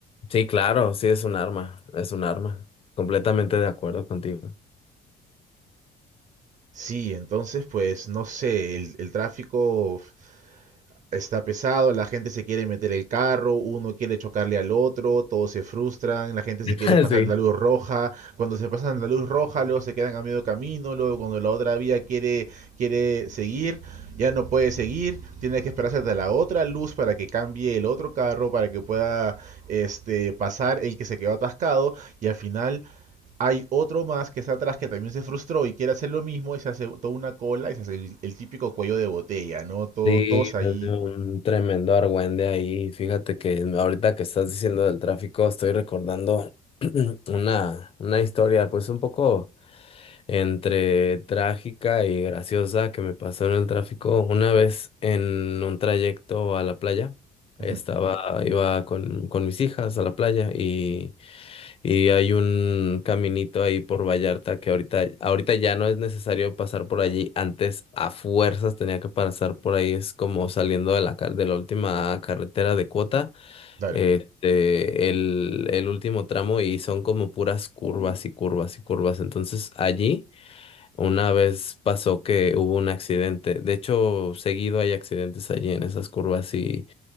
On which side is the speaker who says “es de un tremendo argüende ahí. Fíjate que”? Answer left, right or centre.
Left